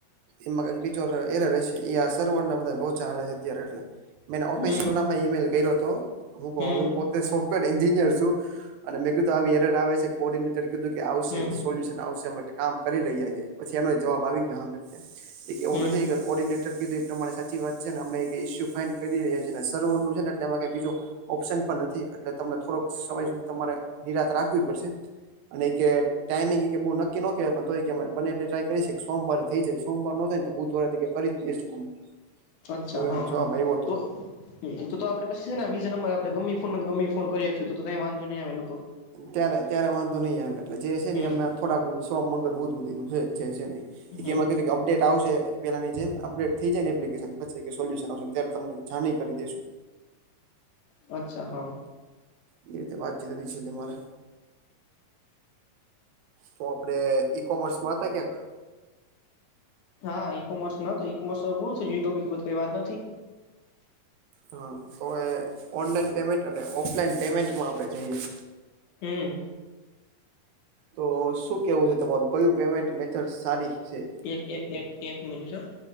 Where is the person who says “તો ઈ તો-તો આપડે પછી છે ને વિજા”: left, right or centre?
Left